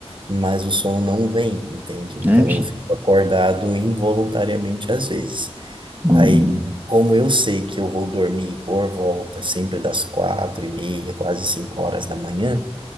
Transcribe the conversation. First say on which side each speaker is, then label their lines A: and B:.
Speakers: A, on the right; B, on the right.
A: mas o som não vem, entende? Então
B: É. bicho?
A: eu fico acordado involuntariamente às vezes.
B: Hum,
A: Aí, como eu sei que eu vou dormir por volta sempre das quatro e meia, quase cinco horas da manhã,